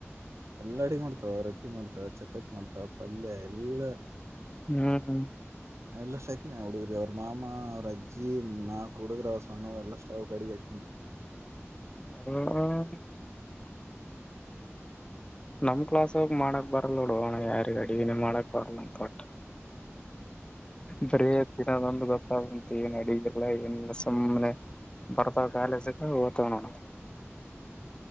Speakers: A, on the right; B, on the left.
A: ಎಲ್ಲಾ ಅಡಿಗಿ ಮಾಡ್ತಾಳ್ ರೊಟ್ಟಿ ಮಾಡ್ತಾಳ್ ಚಪಾತಿ ಮಾಡ್ತಾಳ್ ಪಲ್ಯ ಎಲ್ಲಾ
B: ಹ್ಮ್ ಹ.
A: ಎಲ್ಲಷ್ಟ ಹಾಕಿನಿ ಹುಡುಗ್ರಿಗ್ ಅವ್ರ ಮಾಮಾ ಅವ್ರ ಅಜ್ಜಿ ನಾಕ್ ಹುಡುಗ್ರ ಅವ ಸಣ್ಣವು ಎಲ್ಲಾ ಸ್ಟ ಅವ್ ಕಡೆಗೆ ಹಾಕಿನಿ
B: <unintelligible> ನಮ್ ಕ್ಲಾಸ್ ಒಳಗ ಮಾಡಕ್ ಬರಲ್ಲ ನೋಡೊ ಅಣ್ಣ ಯಾರಿಗ್ ಅಡಿಗಿನೆ ಮಾಡಕ್ ಬರಲ್ಲ ಅಂತ ಒಟ್ಟ ಬರೆ ತಿನ್ನದೊಂದು ಗೊತ್ತ ಅವಕ ಎನ್ ಅಡಿಗ ಬರಲ್ಲ ಏನ್ ಇಲ್ಲ ಸುಮ್ನೆ ಬರ್ತಾವ ಕಾಲೇಜಗ ಒತಾವ ನೋಡ